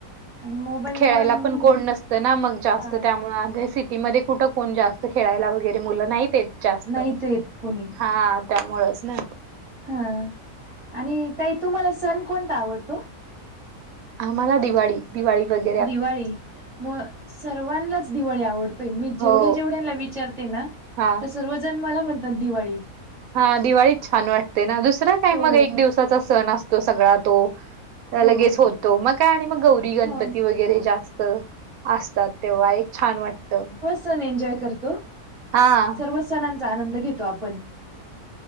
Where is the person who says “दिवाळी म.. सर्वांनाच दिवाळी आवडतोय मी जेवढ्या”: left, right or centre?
Right